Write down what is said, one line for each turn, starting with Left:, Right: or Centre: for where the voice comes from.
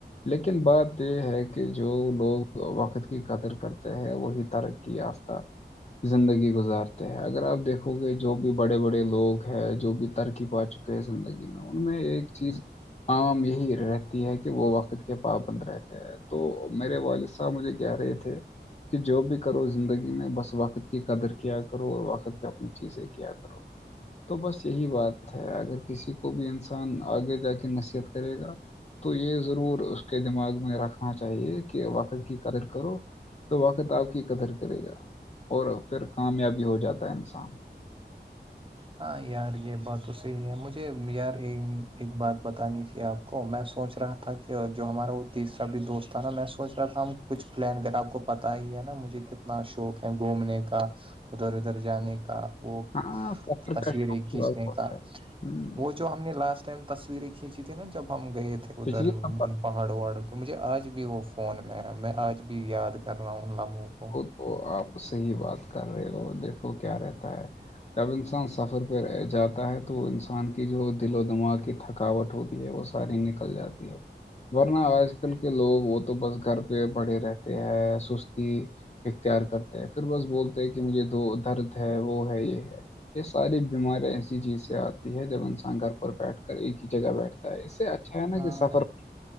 Left: لیکن بات یہ ہے کہ جو لوگ وقت کی قدر کرتے ہیں وہی طارک یافتہ زندگی گزار اگر آپ دیکھو گے جو بھی بڑے بڑے لوگ ہیں جو بھی ترکی پا چکے ہیں زندگی میں ان میں ایک چیز عام یہی رہتی ہے کہ وہ وقت کے پابند رہتے تو میرے والد صاحب مجھے کہہ رہے تھے کہ جو بھی کرو زندگی میں بس وقت کی قدر کیا کرو اور وقت بھی اپنی چیز ہے کیا کرو تو بس یہی بات ہے اگر کسی کو بھی انسان آگے جا کے نصیحت کرے گا تو یہ ضرور اس کے دماغ میں رکھنا چاہیے کہ وقر کی قدر کرو تو واقعت آپ کی قدر کرے گا اور پھر کامیابی ہو جاتا ہے انسان
Right: ہاں یار یہ بات تو صحیح ہے مجھے یار ایک بات بتانی تھی آپ کو میں سوچ رہا تھا کہ جو ہمارا وہ تیسرا بھی دوست تھا نا میں سوچ رہا تھا کچھ پلان کر آپ کو پتا ہی ہے نا مجھے کتنا شوق ہے گھومنے کا ادھر ادھر جانے کا وہ
Left: ہاں سفر
Right: تصویریں
Left: کا شوق تو
Right: کھینچنے
Left: آپ کو
Right: کا
Left: ہے ہوں،
Right: وہ جو ہم نے لاسٹ ٹائم تصویریں کھینچی تھی نا جب ہم گئے تھے ادھر
Left: پچھلی سفر
Right: پہاڑوں وہاڑوں پہ مجھے آج بھی وہ فون میں میں آج بھی یاد کر رہا ہوں ان لمحوں کو
Left: وہ آپ سے ہی بات کر رہے ہو دیکھو کیا رہتا ہے اب انسان سفر پہ جاتا ہے تو انسان کی جو دل و دماغ کی تھکاوٹ ہوتی ہے وہ ساری نکل جاتی ہے ورنہ آج کل کے لوگ وہ تو بس گھر پہ بڑے رہتے ہیں سستی اختیار کرتے ہیں پھر بس بولتے ہیں کہ مجھے دو درد ہے وہ ہے یہ ہے یہ ساری بیماری ایسی چیز سے آتی ہے جب انسان گھر پر بیٹھ کر ایک ہی جگہ بیٹھتا اس سے اچھا ہے نا
Right: ہاں
Left: کہ سفر